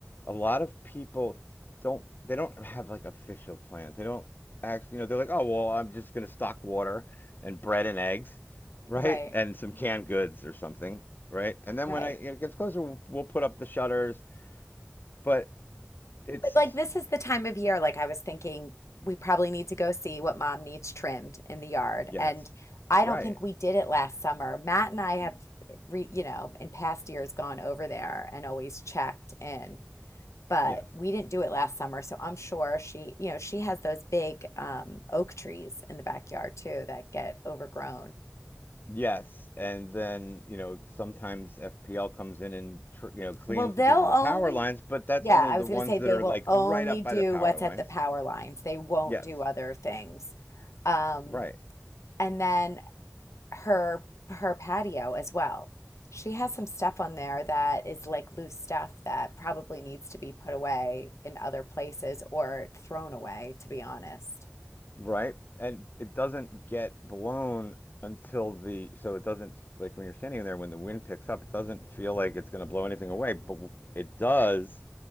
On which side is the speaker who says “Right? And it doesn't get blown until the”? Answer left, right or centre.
Left